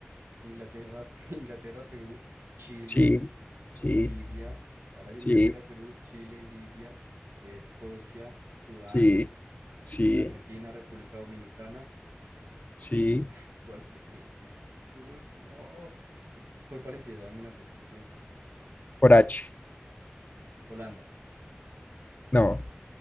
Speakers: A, on the right; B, on the left.
A: Inglaterra, <laughs> Inglaterra, Perú, Chile,
B: Sí, sí,
A: Libia. Ahora es
B: sí,
A: Inglaterra, Perú, Chile, Libia, Escocia, Sudán,
B: sí, sí,
A: Argentina, República Dominicana.
B: sí.
A: Ay, ¿cuál fue el que dijiste tú? No. Yo- ¿Por cuál empieza? Dame una pieza. ¿Por cuál empieza?
B: Por H.
A: Holanda.
B: No.